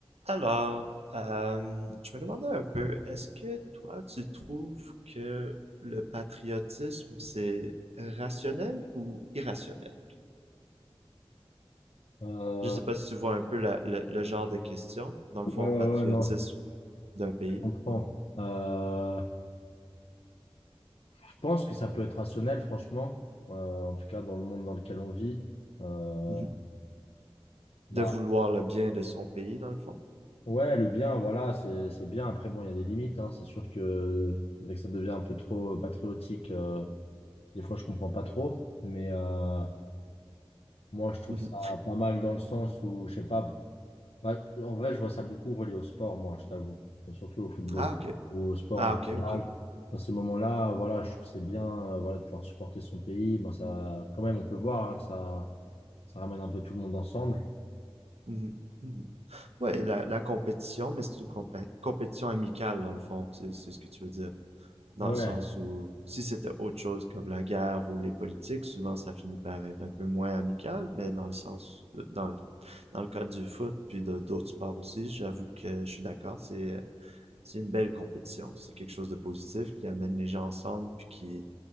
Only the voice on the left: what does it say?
Euh,
ouais, ouais,
ouais, non,
je comprends.
Euh, je pense que ça peut être rationnel, franchement, euh, en tout cas dans le monde dans lequel on vit. Euh,
bah,
ouais, le bien, voilà, c'est, c'est bien. Après, bon, il y a des limites, hein. C'est sûr que dès que ça devient un peu trop patriotique, euh, des fois, je comprends pas trop. Mais euh, moi, je trouve
ça pas mal dans le sens où, je sais pas, Bah, en vrai, je vois ça beaucoup relié au sport, moi, je t'avoue. Bah, Surtout au football,
au sport
en
général.
Dans ces moments-là, voilà, je trouve que c'est bien euh, voilà, de pouvoir supporter son pays. Ben, ça, quand même, on peut voir hein, que ça, ça ramène un peu tout le monde ensemble.
Ouais,